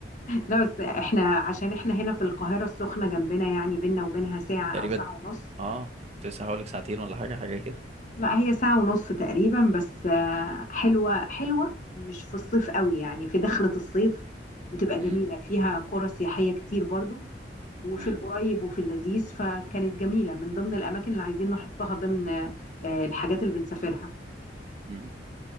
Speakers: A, on the left; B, on the right.
A: لا بس احنا عشان احنا هنا في القاهرة السخنة جنبنا يعني بينا وبينها ساعة
B: تقريبا
A: أو ساعة ونص
B: اه كنت لسه هقول لك ساعتين ولا حاجة حاجة كده
A: لا هي ساعة ونص تقريبا بس آه، حلوة حلوة مش في الصيف قوي يعني في دخلة الصيف بتبقى جميلة
B: امم
A: فيها قرى سياحية كتير برضو وفي
B: امم،
A: القريب وفي اللذيذ فكانت جميلة من ضمن الأماكن اللي عايزين نحطها ضمن آه، الحاجات اللي بنسافرها
B: امم.